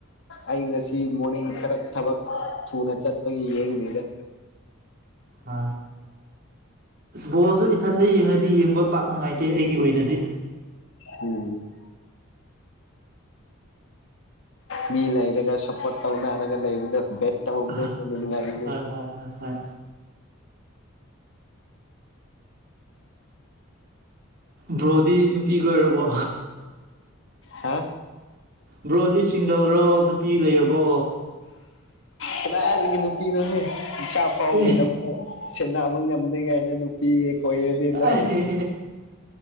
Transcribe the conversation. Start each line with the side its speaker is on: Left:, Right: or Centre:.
Left: ꯑꯩ ꯉꯁꯤ ꯃꯣꯔꯅꯤꯡ ꯈꯔ ꯊꯕꯛ ꯊꯨꯅ ꯆꯠ ꯒꯤ ꯌꯦꯡꯗꯤꯗ
Right: ꯑ ꯕꯣꯜꯁꯨ ꯏꯊꯟꯗ ꯌꯦꯡꯉꯗꯤ ꯌꯦꯡꯕ ꯄꯥꯛ ꯅꯨꯡꯉꯥꯏꯇꯦ ꯑꯩꯒꯤ ꯑꯣꯏꯅꯗꯤ
Left: ꯎꯝ ꯃꯤ ꯂꯩꯔꯒ ꯁꯞꯄꯣꯔꯠ ꯇꯧꯅꯔꯒ ꯂꯩꯕꯗ ꯦꯠ ꯇ ꯀꯗꯉ
Right: ꯑꯍ
Left: ꯎꯝ
Right: ꯍꯣꯏ ꯍꯣꯏ ꯍꯣꯏ ꯍꯣꯏ ꯕ꯭ꯔꯣꯗꯤ ꯅꯨꯄꯤꯒꯤ ꯑꯣꯏꯔꯕꯣ
Left: ꯍꯥ
Right: ꯕ꯭ꯔꯣꯗꯤ ꯁꯤꯡꯒꯜꯔꯣ ꯅꯨꯄꯤ ꯂꯩꯔꯕꯣ
Left: ꯀꯗꯥꯏꯗꯒꯤ ꯅꯨꯄꯤꯅꯣꯅꯦ ꯏꯥ ꯐꯥꯎꯒꯦꯅ
Right: ꯑꯦ
Left: ꯑꯃ ꯁꯦꯟꯅꯕ ꯉꯝꯃꯤ ꯀ ꯅꯨꯄꯤ ꯀꯣꯏꯗꯤ
Right: ꯑꯩ
Left: ꯂꯣꯏ